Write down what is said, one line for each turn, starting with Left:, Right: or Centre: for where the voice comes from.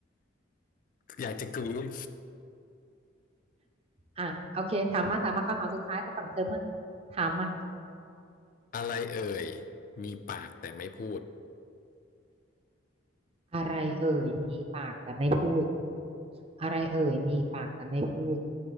Left: อยากจะกรี๊ด
Right: อ่ะโอเคถามมาถามมาคำถามสุดท้ายจ้ากฝั่งเธอมั่งถามมา
Left: อะไรเอ่ยมีปากแต่ไม่พูด
Right: อะไรเอ่ยมีปากแต่ไม่พูดอะไรเอ่ยมีปากแต่ไม่พูด